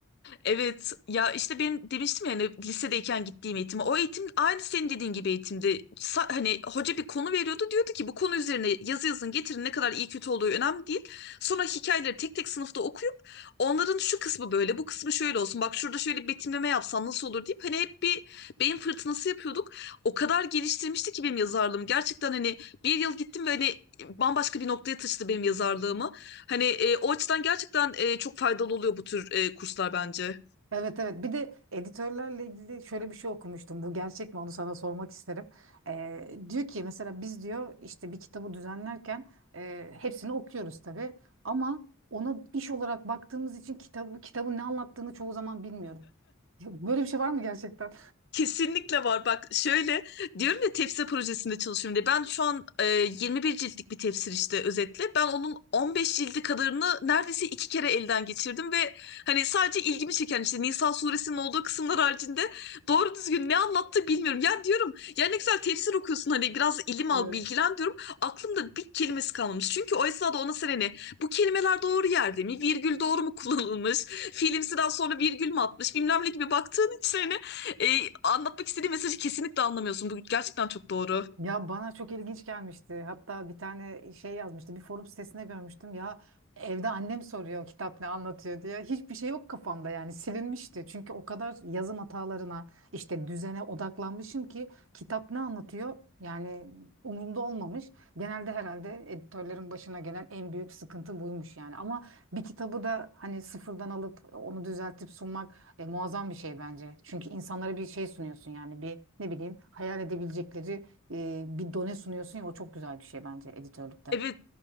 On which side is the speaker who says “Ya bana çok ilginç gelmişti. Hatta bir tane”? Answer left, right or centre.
Right